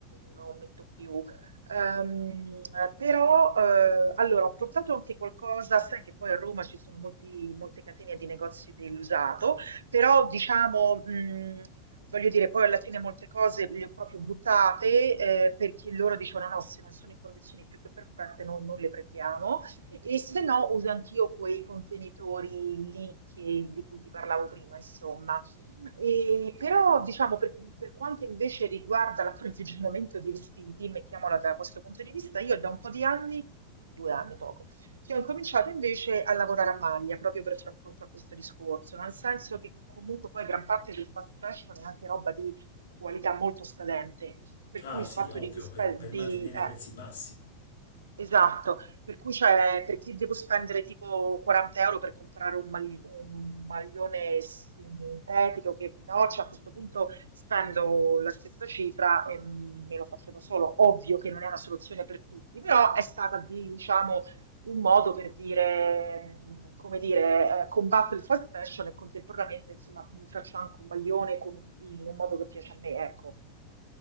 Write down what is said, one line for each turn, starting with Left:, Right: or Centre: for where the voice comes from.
Right: non metto più Ehm, però, eh, allora, ho portato anche qualcosa, sai che poi a Roma ci sono molti, molte catene di negozi dell'usato, però diciamo, mh, voglio dire, poi alla fine molte cose le ho proprio buttate, eh, perché loro dicevano no, se non sono in condizioni più che perfette noi non le prendiamo, e se no uso anch'io quei contenitori lì che- di cui ti parlavo prima, insomma. E però, diciamo, per, per quanto invece riguarda l'approvvigionamento di vestiti, mettiamola da questo punto di vista, io da un po' di anni, due anni poco, che ho incominciato invece a lavorare a maglia proprio per far fronte a questo discorso, nel senso che comunque poi gran parte del fast fashion è anche roba di qualità molto scadente, per
Left: ah
Right: cui il
Left: sì,
Right: fatto
Left: ovvio,
Right: di, dispe-
Left: per per
Right: di,
Left: mantenere
Right: eh,
Left: i prezzi bassi.
Right: Esatto, per cui c'è, perché devo spendere tipo 40 euro per comprare un, magli- un maglione sintetico, che no, cioè a questo punto spendo la stessa cifra e me lo faccio da solo. Ovvio che non è una soluzione per tutti, però è stata, di- diciamo, un modo per dire, mh, come dire, eh, combatto il fast fashion e contemporaneamente, insomma, mi faccio anche un maglione con un- in un modo che piace a me, ecco.